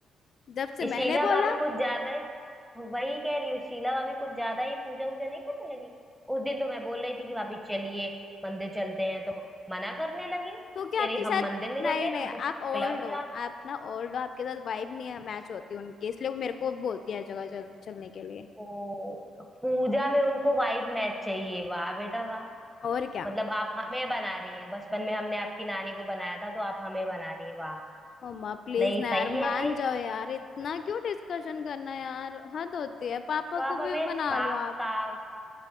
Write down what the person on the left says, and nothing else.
जब से
मैंने
बोला
तो क्या
आपके
साथ
नहीं
नहीं
आप
ओल्ड
हो
आप ना ओल्ड हो आपके साथ वाइब नहीं मैच होती उनकी इसलिए वो मेरे को बोलती है हर जगह चल, चलने के लिए
और क्या
मम्मा प्लीज
ना यार
मान
जाओ यार इतना क्यों डिस्कशन करना यार हद होती है पापा
को भी
बना
लो आप